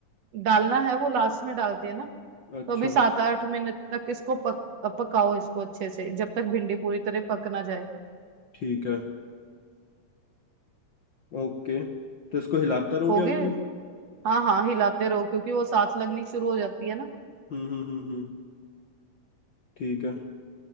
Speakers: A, on the right; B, on the left.
A: डालना है वो लास्ट में डालते हैं ना
B: अच्छा
A: तो अभी सात आठ मिनट तक इसको पक, पकाओ इसको अच्छे से जब तक भिंडी पूरी तरह पक ना जाए
B: ठीक है ओके तो इसको हिलाता रहूं
A: हो
B: क्या
A: गए
B: अभी भी
A: हाँ हाँ हिलाते रहो क्योंकि वो साथ लगनी शुरू हो जाती है ना
B: हम्म हम्म हम्म हम्म, ठीक है